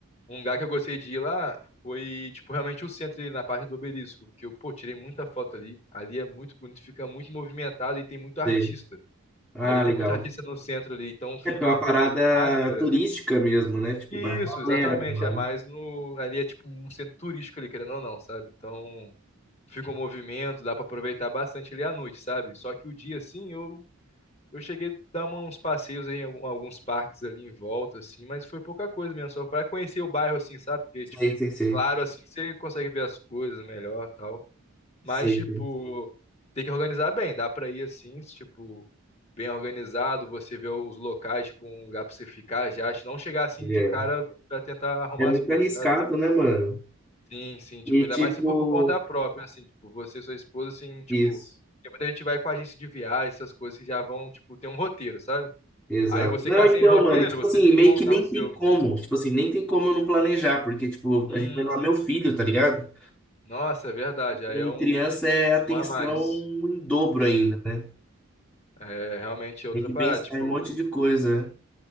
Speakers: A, on the left (about 30°); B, in the centre.
A: um lugar que eu gostei de ir lá foi, tipo, realmente o centro ali na parte do Obelisco, que eu, pô, tirei muita foto ali. Ali é muito bonito, fica muito movimentado e tem muito artista.
B: Sei. Ah,
A: Ali tem
B: legal.
A: muito artista no centro ali, então fica
B: É porque é uma
A: uma
B: parada
A: coisa, tipo, maneira.
B: turística mesmo, né? Tipo,
A: Isso,
B: vai uma
A: exatamente.
B: galera pra
A: É
B: lá.
A: mais
B: né?
A: no. Ali é tipo um centro turístico ali, querendo ou não, sabe? Então fica um movimento, dá pra aproveitar bastante ali à noite, sabe? Só que o dia, assim, eu eu cheguei a dar uma- uns passeios em algu- alguns parques ali em volta, assim, mas foi pouca coisa mesmo, só pra conhecer o bairro, assim, sabe? Porque,
B: Sei,
A: tipo,
B: sei, sei.
A: claro, assim, você consegue ver as coisas melhor tal.
B: Sei,
A: Mas, tipo,
B: sei.
A: tem que organizar bem, dá pra ir assim, tipo, bem organizado, você vê os locais, tipo, um lugar pra você ficar já, não chegar assim
B: É.
A: de cara pra tentar arrumar
B: É muito
A: as coisas,
B: arriscado,
A: sabe?
B: né, mano?
A: Sim, sim, tipo,
B: E
A: ainda
B: tipo,
A: mais se for por conta própria, assim, tipo, você e sua esposa, assim, tipo,
B: isso.
A: porque muita gente vai com agência de viagem, essas coisas que já vão, tipo, ter um roteiro, sabe?
B: Exato.
A: Aí você
B: Não,
A: que tá
B: então,
A: sem roteiro,
B: mano, e, tipo
A: você
B: assim,
A: tem
B: meio
A: que montar
B: que nem
A: o seu.
B: tem como. Tipo assim, nem tem como eu não planejar, porque, tipo,
A: Uhum.
B: a gente vai lá meu filho, tá ligado?
A: Nossa, é verdade. Aí
B: Em
A: é um,
B: criança é atenção
A: um a mais.
B: em dobro
A: Sim.
B: ainda, né?
A: É realmente outra
B: Tem que
A: parada,
B: pensar
A: tipo,
B: em um monte de coisa. né?